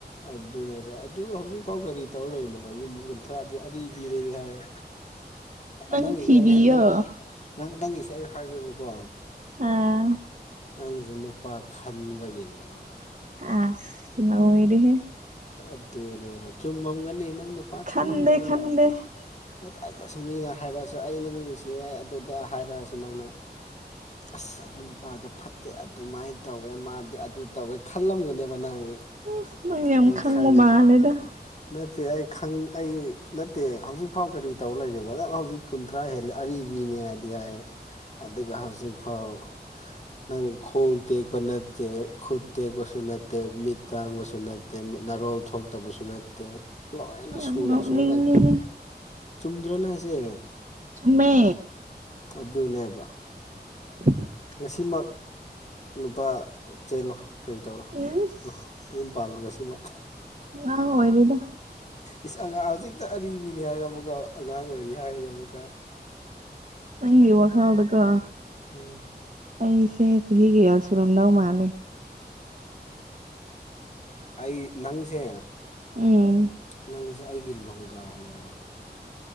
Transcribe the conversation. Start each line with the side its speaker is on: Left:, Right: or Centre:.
Left: ꯑꯗꯨꯅꯦꯕ ꯑꯗꯨꯒ ꯍꯧꯖꯤꯛꯐꯥꯎ ꯀꯔꯤ ꯇꯧꯔ ꯂꯩꯔꯤꯅꯣꯕ ꯌꯨꯝ ꯀꯨꯟꯊ꯭ꯔꯥꯗꯤ ꯑꯔꯤꯕꯅꯦꯗꯤ ꯍꯥꯏꯔꯦ
Right: ꯅꯪ
Left: ꯅꯪꯒꯤꯁꯦ
Right: ꯊꯤꯕꯤꯌꯣ
Left: ꯑꯩ ꯅꯪ ꯅꯪꯒꯤꯁꯦ ꯑꯩ ꯍꯥꯏꯈꯦꯕꯀꯣ
Right: ꯑꯥ
Left: ꯅꯪꯁꯦ ꯅꯨꯄꯥ ꯈꯟꯕꯒꯤꯅꯦꯕ
Right: ꯑꯁ ꯉꯥꯑꯣꯏꯔꯦꯍꯦ
Left: ꯑꯗꯨꯅꯦꯕ ꯆꯨꯝꯃꯝꯒꯅꯤ ꯅꯪ ꯅꯨꯄꯥ
Right: ꯈꯟꯗꯦ
Left: ꯈꯜꯂꯦꯕ
Right: ꯈꯟꯗꯦ
Left: <unintelligible> ꯃꯤꯅ ꯍꯥꯏꯔꯛꯑꯁꯨ ꯑꯩ ꯅꯪ ꯅꯨꯡꯁꯤꯌꯦ ꯑꯗꯨꯗ ꯍꯥꯏꯔꯛꯑꯁꯨ ꯅꯪꯅ ꯑꯁ ꯑꯗꯨ ꯅꯨꯄꯥꯗꯣ ꯐꯠꯇꯦ ꯑꯗꯨꯃꯥꯏꯅ ꯇꯧꯋꯦ ꯃꯥꯗꯤ ꯑꯗꯨ ꯇꯧꯋꯦ ꯈꯜꯂꯝꯒꯅꯦꯕ ꯅꯪ
Right: ꯑꯁ ꯅꯪ ꯌꯥꯝ
Left: ꯑꯩ
Right: ꯈꯪꯕ
Left: ꯈꯪꯉꯦ
Right: ꯃꯥꯂꯦꯗ
Left: ꯅꯠꯇꯦ ꯑꯩ ꯈꯪ ꯑꯩ ꯅꯠꯇꯦ ꯍꯧꯖꯤꯛꯐꯥꯎ ꯀꯔꯤ ꯇꯧꯔ ꯂꯩꯔꯤꯅꯣ ꯅꯪ ꯍꯧꯖꯤꯛ ꯀꯨꯟꯊ꯭ꯔꯥ ꯍꯦꯜꯂꯦ ꯑꯔꯤꯕꯤꯅꯦ ꯍꯥꯏꯗꯤ ꯍꯥꯏ ꯑꯗꯨꯒ ꯍꯧꯖꯤꯛꯐꯥꯎ ꯅꯪ ꯈꯣꯡ ꯇꯦꯛꯄ ꯅꯠꯇꯦ ꯈꯨꯠ ꯇꯦꯛꯄꯁꯨ ꯅꯠꯇꯦ ꯃꯤꯠ ꯇꯥꯡꯕꯁꯨ ꯅꯠ ꯅꯔꯣꯜ ꯊꯣꯛꯇꯕꯁꯨ ꯅꯠꯇꯦ ꯂꯣꯏꯅ ꯁꯨꯅ
Right: ꯌꯥꯝ ꯅꯣꯛꯅꯤꯡꯉꯦꯍꯦ
Left: ꯏꯁꯣꯔꯅ ꯆꯨꯝꯗ꯭ꯔꯥꯅꯦ ꯍꯥꯏꯁꯦ
Right: ꯆꯨꯝꯃꯦ
Left: ꯑꯗꯨꯅꯦꯕ
Right: <inaudible>
Left: ꯉꯁꯤꯃꯛ ꯅꯨꯄꯥ ꯆꯦꯜꯂꯣ ꯀꯔꯤ ꯇꯧꯔꯣ
Right: ꯏꯁ
Left: ꯌꯨꯝ ꯄꯥꯜꯂꯣ ꯉꯁꯤꯃꯛ
Right: ꯑꯉꯥꯡ ꯑꯣꯏꯔꯤꯗ
Left: ꯏꯁ ꯑꯉꯥꯡ ꯍꯧꯖꯤꯛꯇꯥ ꯑꯔꯤꯕꯅꯤ ꯍꯥꯏꯔꯒ ꯑꯃꯨꯛꯀꯥ ꯑꯉꯥꯡ ꯑꯣꯏꯔꯤ ꯍꯥꯏꯔꯤ ꯑꯃꯨꯛꯀꯥ
Right: ꯅꯪꯒꯤ ꯋꯥꯈꯜꯗꯥꯀꯣ
Left: ꯎꯝ
Right: ꯑꯩꯁꯦ ꯆꯍꯤ ꯀꯌꯥ ꯁꯨꯔꯝꯗꯧ ꯃꯥꯜꯂꯤ
Left: ꯑꯩ ꯅꯪꯁꯦ
Right: ꯎꯝ
Left: ꯅꯪꯁꯦ ꯑꯩꯒꯤ ꯂꯣꯡꯒꯥꯅꯦꯕ